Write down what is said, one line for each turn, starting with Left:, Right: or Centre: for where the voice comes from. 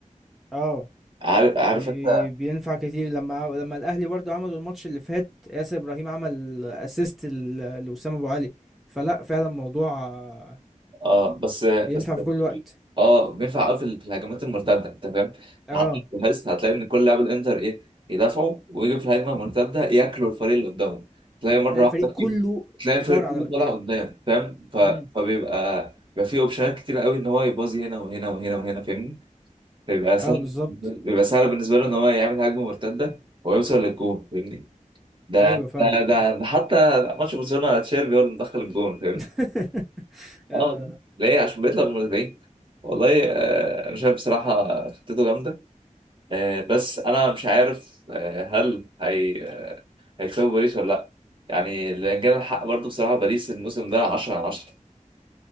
Centre: اه
Right: عارف عارف
Centre: بي-
Right: انت
Centre: بينفع كتير لما لما الاهلي برضو عملوا الماتش اللي فات ياسر ابراهيم عمل اسيست لوسام ابو علي فلا فعلا الموضوع آه،
Right: اه بس بس
Centre: بينفع في كل وقت
Right: اه بينفع قوي في ال- في الهجمات المرتده انت فاهم
Centre: اه
Right: لحد الجهاز هتلاقي ان كل لاعب الانتر ايه يدافعوا ويجي في الهجمه المرتده ياكلوا الفريق اللي قدامه تلاقي مره
Centre: تلاقي
Right: واحده
Centre: الفريق كله
Right: في تلاقي الفريق
Centre: طار على
Right: كله
Centre: قدام
Right: طالع قدام فاهم ف...
Centre: امم
Right: فبيبقى بيبقى فيه اوبشنات كتير قوي ان هو يبوظي هنا وهنا وهنا وهنا فاهمني بيبقى سهل
Centre: اه بالظبط
Right: بيبقى سهل بالنسبه له ان هو يعمل هجمه مرتده ويوصل للجون فاهمني ده
Centre: ايوه فاهمك
Right: ده ده,
Centre: اه
Right: ده حتى ماتش برشلونه تشيربي هو اللي مدخل الجون فاهمني
Centre: <laughs> آه،
Right: اه ليه عشان بيطلع من المدافعين والله آه، انا شايف بصراحه خطته جامده آه، بس انا مش عارف آه، هل هي آه، هيكسبوا باريس ولا لا يعني لان كان الحق برضه بصراحه باريس الموسم ده 10 على 10